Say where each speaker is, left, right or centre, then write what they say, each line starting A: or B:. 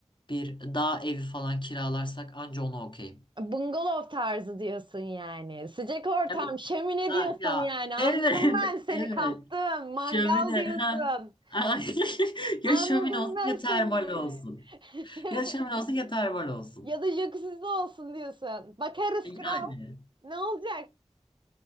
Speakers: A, on the left; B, on the right.
A: bir dağ evi falan kiralarsak anca onu okeyim.
B: Bungalov tarzı diyorsun yani. Sıcak ortam,
A: Ya, bu-
B: şömine
A: ha,
B: diyorsun
A: ya
B: yani. Anladım
A: evet
B: ben
A: <laughs>
B: seni
A: evet.
B: kaptım. Mangal
A: Şömine
B: diyorsun.
A: ha. Ay, <laughs> Ya
B: Anladım
A: şömine olsun
B: ben
A: ya
B: seni.
A: termal olsun.
B: <laughs>
A: Ya şömine olsun ya termal olsun.
B: Ya da jacuzzi'de olsun diyorsun. Bakarız
A: Yani
B: kral. Ne olacak?